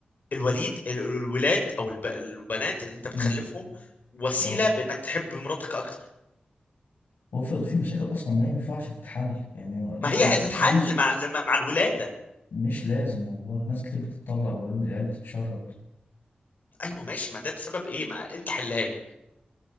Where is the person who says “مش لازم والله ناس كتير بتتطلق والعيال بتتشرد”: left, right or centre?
Left